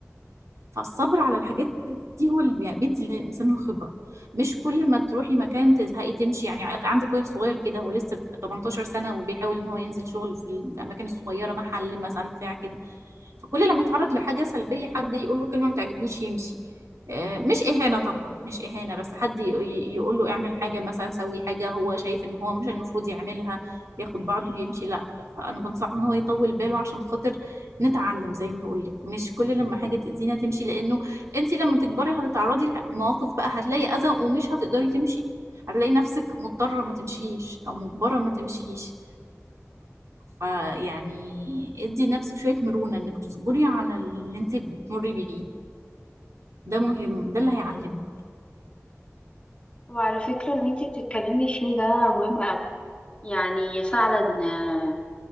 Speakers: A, on the right (about 75°); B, on the left (about 20°).
A: فالصبر على الحاجات دي هو اللي بي- بيدي للإنسان الخبرة مش كل ما تروحي مكان تزهقي تمشي يعني عندك اخويا صغير كده هو لسه 18 سنة وبيحاول ان هو ينزل شغل في الأماكن الصغيرة محل مثلا بتاع كده فكل لما يتعرض لحاجة سلبية حد يقول له كلمة ما تعجبوش يمشي آه، مش إهانة طبعا مش إهانة بس حد ي- يقول له اعمل حاجة مثلا سوي حاجة هو شايف إن هو مش المفروض يعملها ياخد بعضه ويمشي لا فأنا بنصحه إن هو يطول باله عشان خاطر نتعلم زي ما بقول لك مش كل لما حاجة تأذينا تمشي لأنه أنت لما تكبري هتتعرضي لمواقف بقى هتلاقي أذى ومش هتقدري تمشي هتلاقي نفسك مضطرة ما تمشيش أو مجبرة ما تمشيش فيعني ادي لنفسك شوية مرونة انك تصبري على اللي انت بتمري بيه ده مهم ده اللي هيعلمك
B: وعلى فكرة اللي انتي بتتكلمي فيه ده مهم قوي يعني فعلا آه،